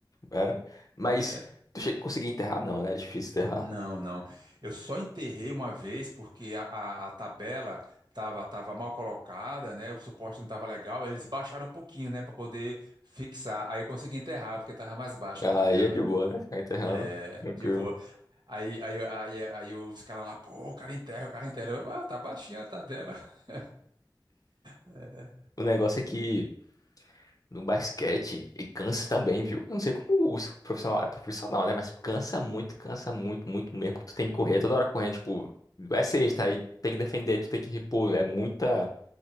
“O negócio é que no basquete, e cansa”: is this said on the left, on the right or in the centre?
Left